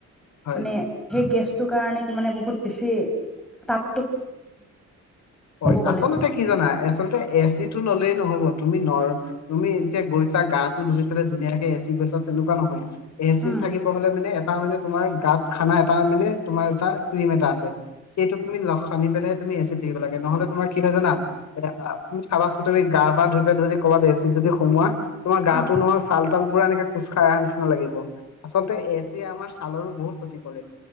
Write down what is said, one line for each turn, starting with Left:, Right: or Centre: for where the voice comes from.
Left: হয়
Centre: মানে সেই গেছটোৰ কাৰণে কি মানে বহুত বেছি তাপ
Left: হয়।
Centre: গ'লে
Left: আচলতে কি জানা আচলতে এ চিটো ল'লেই নহ'ব, তুমি ন' তুমি এতিয়া গৈছা গাটো ধুই পেলাই ধুনীয়াকে এ চিত গৈছা এনেকুৱা নহয়। এ চিত
Centre: উম
Left: থাকিব হ'লে মানে তাৰমানে তোমাৰ গাত খানা এটা মানে তোমাৰ এটা ক্ৰীম এটা আছে, সেইটো তুমি খানি পেলাই তুমি এ চিত থাকিব লাগে, নহ'লে তোমাৰ কি হয় জানা এ, তুমি চাচোন তুমি গা পা ধুই পা যদি কবাত এ চিত যদি সোমোৱা তোমাৰ গাটো
Centre: অ
Left: নহয় চাল তাল পুৰা এনেকে খোজকাঢ় অহাৰ নিচিনা লাগিব আচলতে এ চিয়ে আমাৰ ছালৰো বহুত ক্ষতি কৰে।